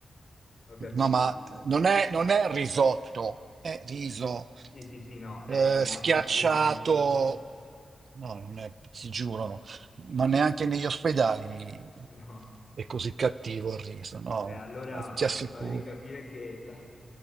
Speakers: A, on the left; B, on the right.
A: Ho capito.
B: No, ma non è, non è risotto, è riso
A: Sì, sì, sì, no, è
B: eh,
A: il classico
B: schiacciato.
A: viso. <laughs>
B: No, non è, ti giuro, no. Ma neanche negli ospedali
A: No.
B: è così cattivo il riso, no?
A: Beh, allora
B: Ti assicuro.
A: mi pare di capire che la-